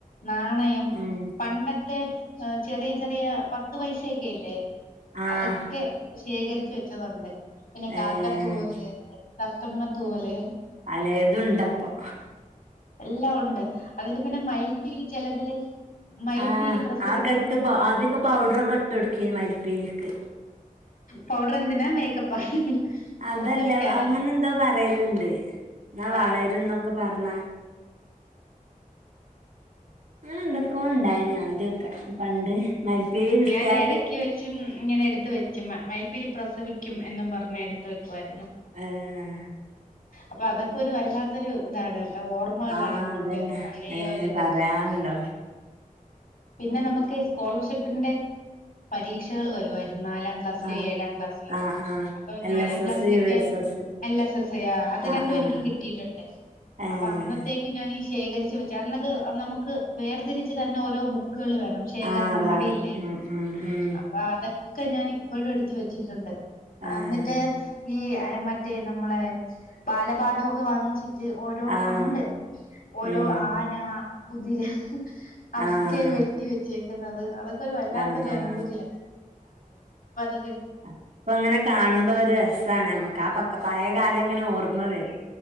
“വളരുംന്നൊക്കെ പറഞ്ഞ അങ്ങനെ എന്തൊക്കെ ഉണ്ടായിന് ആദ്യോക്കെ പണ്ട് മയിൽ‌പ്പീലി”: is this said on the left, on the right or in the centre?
Right